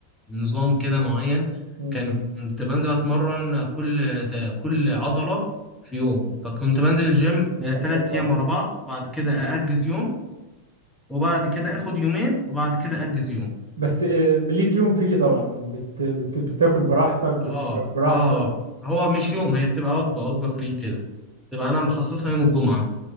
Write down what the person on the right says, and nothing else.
مم.
حلو
خالص
بس آه، ليك يوم فري طبعا بت... بت... بتاكل براحتك بتشرب
براحتك